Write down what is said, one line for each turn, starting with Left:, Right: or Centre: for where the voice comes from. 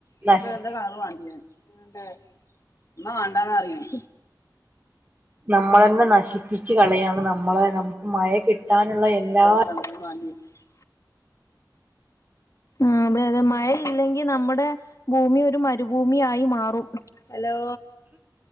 Left: ങ്ങക്ക്
Right: നശിക്കും
Left: എന്താ കളറ് വാണ്ട്യെ വാണ്ടെ ന്നാ വാണ്ടന്നറിയണം.
Right: നമ്മളെന്നെ നശിപ്പിച്ച് കളയാണ് നമ്മള് നമുക്ക് മഴ കിട്ടാനുള്ള എല്ലാ
Left: <unintelligible> ആഹ് അതെ അതെ മഴയില്ലെങ്കി നമ്മുടെ ഭൂമി ഒരു മരുഭൂമി ആയി മാറും. ഹലോ